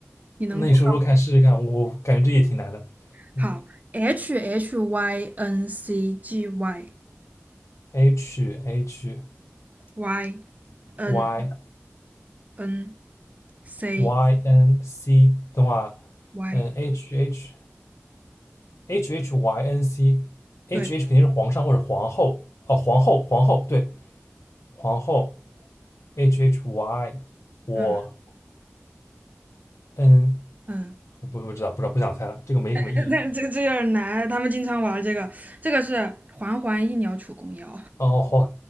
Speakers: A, on the right; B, on the left.
A: 你能做
B: 那你说说看，试试看，我感觉这也挺难的。
A: 好。
B: 嗯
A: H H Y N C G Y
B: ，H H
A: Y N
B: Y
A: N C
B: Y N C，等会儿啊，
A: Y。
B: 嗯，H H H H Y N C，H
A: 对，
B: H H 肯定是皇上或者皇后，哦，皇后，皇后，对，皇后，H H Y，我
A: 嗯
B: 嗯，
A: 嗯，
B: 我不不知道，不知道，不想猜了，这个没什么意义。
A: <laughs> 那这这有点难。他们经常玩这个，这个是环环一鸟楚公腰。
B: 哦，好，